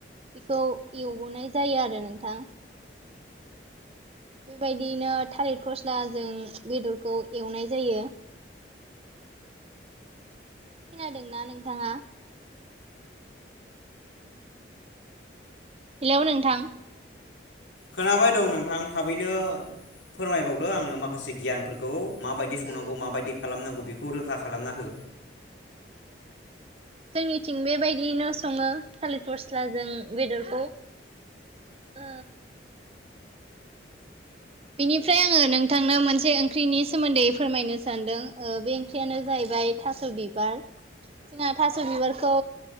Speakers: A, on the right (about 30°); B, on the left (about 85°).
A: बेखौ एवबोनाय जायो आरो नोंथां बेबायदियैनो थालिर फस्ला जों बेदरखौ एवनाय जायो खोनादोंना नोंथाङा हेलौ नोंथां
B: खोनाबाय दं नोंथां थाबैनो फोरमायबावदो आंनो माखासे गियानफोरखौ माबायदि संनांगौ
A: औ
B: माबायदि खालामनांगौ बेखौ रोखा खालामना हो
A: जोंनिथिं बेबायदियैनो सङो थालिर फस्ला जों बेदरखौ। ओ बेनिफ्राय आङो नोंथांनो मोनसे ओंख्रिनि सोमोन्दै फोरमायनो सानदों ओ बे ओंख्रियानो जाहैबाय थास' बिबार जोंना थास' बिबारखौ